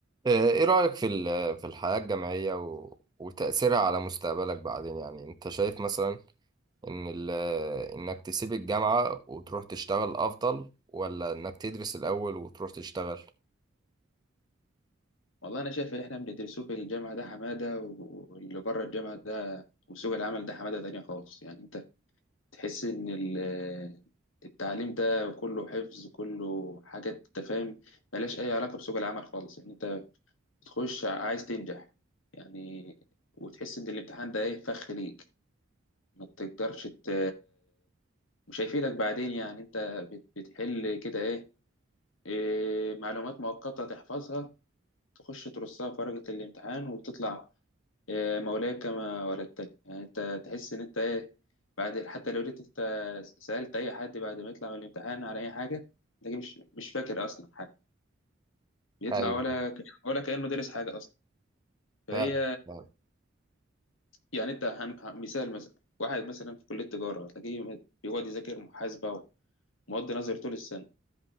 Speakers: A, on the right; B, on the left.
A: آه، ايه رأيك في ال- في الحياة الجامعية و- وتأثيرها على مستقبلك بعدين يعني انت شايف مثلا ان ال- انك تسيب الجامعة وتروح تشتغل افضل ولا انك تدرس الاول وتروح تشتغل
B: والله انا شايف اللي احنا بندرسوه في الجامعه ده حماده و- واللي بره الجامعه ده وسوق العمل ده حماده تانية خالص يعني انت تحس ان ال- التعليم ده كله حفظ كله حاجات انت فاهم ملهاش اي علاقه بسوق العمل خالص يعني انت بتخش عايز تنجح يعني وتحس ان الامتحان ده ايه فخ ليك ما تقدرش ت... مش هيفيدك بعدين يعني انت بت- بتحل كده ايه إيه، معلومات مؤقته تحفظها تخش ترصها في ورقه الامتحان وتطلع يا مولاي كما ولدتني يعني انت تحس ان انت ايه بعد حتى لو جيت انت سألت اي حد بعد ما يطلع من الامتحان على اي حاجه تلاقيه مش مش فاكر اصلا حاجه بيطلع
A: ايوه
B: ولا ولا كأنه درس حاجه اصلا فهي
A: فعلا فعلا
B: يعني انت هن... مثال مثلا واحد مثلا في كليه تجاره تلاقيه بيقعد يذاكر محاسبه ومواد نظري طول السنه